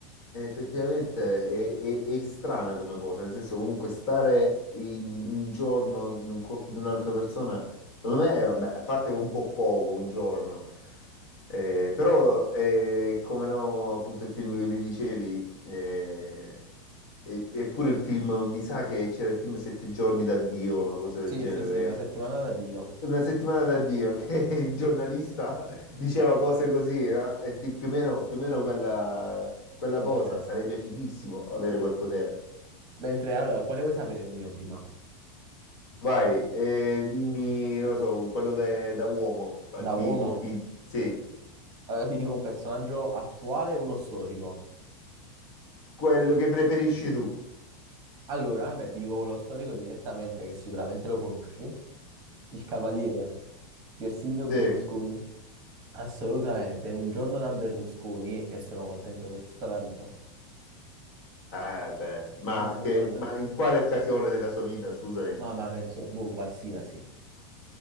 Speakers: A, on the left; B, on the right.
A: effettivamente è, è- è strana come cosa, nel senso comunque stare in un giorno in un corpo di un'altra persona, secondo me, eh, vabbè, a parte che è un po' poco, un giorno, eh, però eh, come no, appunto il film che vi dicevi, eh, e- eppure il film, mi sa che c'era il film Sette giorni da Dio, una cosa del
B: Sì,
A: genere
B: sì, sì, una
A: era.
B: settimana da Dio.
A: Una settimana da Dio che <laughs> il giornalista diceva cose così, no? E ti- più o meno, più o meno quella, quella
B: Ok.
A: cosa, sarebbe fighissimo avere quel potere.
B: Mentre allora, quale vuoi sapere il mio prima?
A: Vai, eh, dimmi, non lo so, quello de- da uomo, con
B: Da
A: chi,
B: uomo?
A: con chi sì,
B: Allora ti dico un personaggio attuale e uno storico.
A: quello che preferisci tu,
B: Allora, beh, ti dico quello storico direttamente che sicuramente lo conosci, il cavaliere Pier Silvio Berlusconi.
A: sì.
B: Assolutamente, un giorno da Berlusconi e sono contento per tutta la vita.
A: Eh beh, ma,
B: Un giorno
A: che,
B: da...
A: ma in quale occasione della sua vita, scusami?
B: Ma, ma penso, boh, qualsiasi.